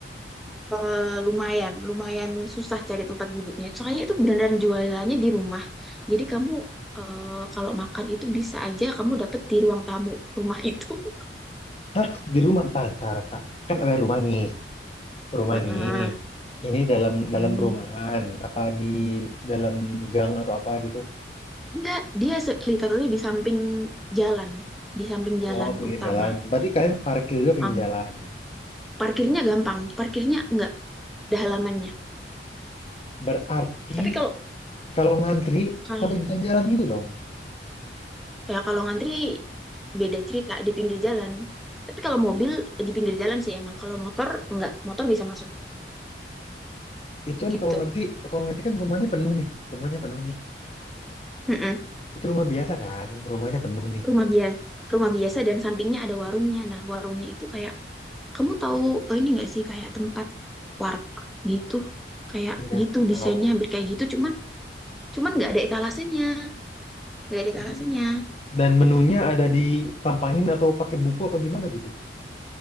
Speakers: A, in the centre; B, on the left.
A: Eh, lumayan, lumayan susah cari tempat duduknya. Soalnya itu beneran jualannya di rumah. Jadi kamu eh, kalau makan itu bisa aja kamu dapet di ruang tamu rumah itu. <laughs>
B: Hah? Di rumah? Ntar, ntar, ntar. Kan ada rumah nih. Rumah
A: Heeh.
B: nih. Ini dalam
A: Mm.
B: dalam perumahan, apa di dalam gang atau apa gitu?
A: Enggak, dia se- literally di samping jalan, di samping jalan
B: Oh, pinggir
A: utama.
B: jalan. Berarti kalian parkir juga pinggir
A: Um,
B: jalan.
A: parkirnya gampang, parkirnya enggak ada halamannya.
B: Berarti
A: Tapi kalau
B: kalau ngantri
A: kalau
B: sampai jalan-jalan gitu dong.
A: Ya kalau ngantri beda cerita di pinggir jalan. Tapi kalau mobil di pinggir jalan sih emang. Kalau motor enggak, motor bisa masuk
B: Itu kan
A: gitu.
B: kalau ngantri, kalau ngantri kan rumahnya penuh nih. Rumahnya penuh nih.
A: Mm-mm.
B: Itu rumah biasa kan? Rumahnya penuh nih.
A: Rumah biasa, rumah biasa dan sampingnya ada warungnya. Nah, warungnya itu kayak kamu tahu oh ini enggak sih kayak tempat warteg gitu. Kayak
B: Iya,
A: gitu
B: tahu.
A: desainnya hampir kayak gitu cuman cuman nggak ada etalasenya. Nggak ada
B: Dan
A: etalasenya.
B: dan menunya ada di pampangin atau pakai buku apa gimana gitu.